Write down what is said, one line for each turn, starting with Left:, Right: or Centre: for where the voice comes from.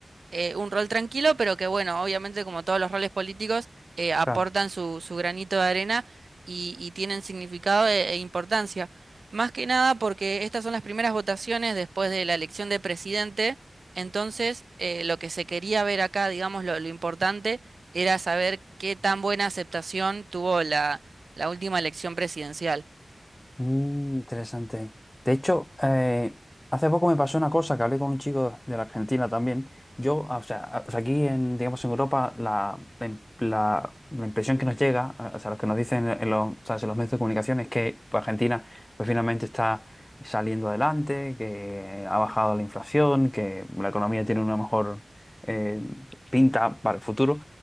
Right: eh, un rol tranquilo, pero que bueno, obviamente como todos los roles políticos, eh, aportan
Left: Claro.
Right: su, su granito de arena y, y tienen significado e, e importancia. Más que nada porque estas son las primeras votaciones después de la elección de presidente, entonces eh, lo que se quería ver acá, digamos, lo, lo importante era saber qué tan buena aceptación tuvo la, la última elección presidencial.
Left: Mm, interesante. De hecho, eh, hace poco me pasó una cosa que hablé con un chico de la Argentina también. Yo, o sea, a- o sea, aquí en, digamos, en Europa, la, em- la, la impresión que nos llega, o sea, lo que nos dicen en los, o sea, en los medios de comunicación es que pues, Argentina pues, finalmente está saliendo adelante, que ha bajado la inflación, que la economía tiene una mejor eh, pinta para el futuro.